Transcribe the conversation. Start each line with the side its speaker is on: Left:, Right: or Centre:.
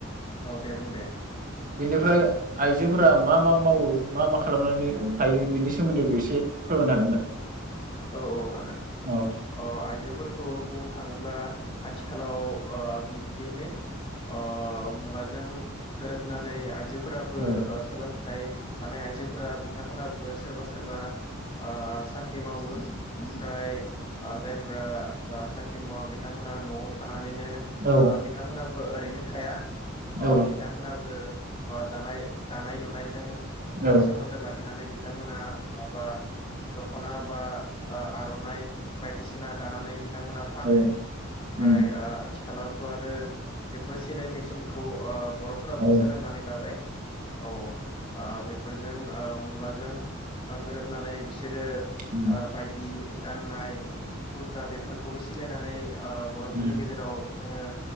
Left: औ दे बुं दे।
Right: बेनिफ्राय आइजोफोरा मा मा मावो मा मा खालामनानै थायो बिनि सोमोन्दैबो एसे फोरमायनो हागोन दा?
Left: औ औ हागोन
Right: औ
Left: अ आइजो फोरखौ बुंनो थाङोब्ला आथिखालाव ओ जेनो ओ मुगाजों गोरोबनानै आइजो फोराबो
Right: औ
Left: ओ सोलों थाइ लानाय आइजोफोरा बिथांमोना सोरबा सोरबा ओ सा ख्रि मावो। ओमफ्राय ओ जाय फोरा साख्रि मावा बिथांमोना न'आव थाना नानैनो
Right: औ
Left: ओ बिथांमोनाबो ओरैनो थाया
Right: औ
Left: ओ बिथांमोनाबो ओ दानाय दानाय लुनायजों
Right: औ
Left: सोमोन्दो लाखिनानै बिथांमोना माबा द खना बा आर'नाय बायदिसिना दानानै बिथांमोना फानो
Right: औ
Left: ओमफ्राय
Right: उम
Left: ओ आथिखालावथ' आरो बेफोर सिलाय मेसिनखौ ओ बर'फोराबो
Right: औ
Left: सोलोंनानै लाबाय औ। ओ बेफोरजों ओ मुगाजों ओ गोरोबनानै बिसोरो
Right: उम
Left: ओ बायदि गानाय कुरता बेफोरखौबो सिलायनानै ओ बर'फोरनि
Right: उम
Left: गेजेराव जोङो